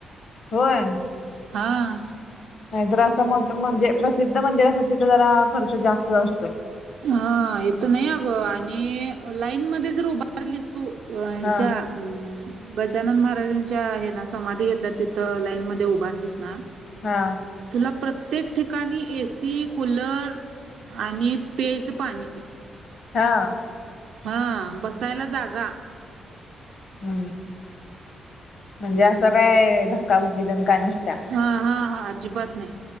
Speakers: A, on the left; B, on the right.
A: होय.
B: हां.
A: नाही तर असं मोठं म्हणजे प्रसिद्ध मंदिरासाठी तर जरा खर्च जास्त असतोय.
B: हा हे तर नाही अगं आणि लाईन मध्ये जर उभा राहिलीच तू ह्यांच्या
A: हा
B: हम्! गजानन महाराजांच्या आहे ना समाधी घेतल्या तिथं लाईन मध्ये उभारलीस ना.
A: हा.
B: तुला प्रत्येक ठिकाणी ए सी, कूलर आणि प्यायचं पाणी.
A: हा.
B: हा बसायला जागा.
A: हम्म म्हणजे असं काय धक्काबुक्की तेन काय नसत्या.
B: हा हा हा, अजिबात नाही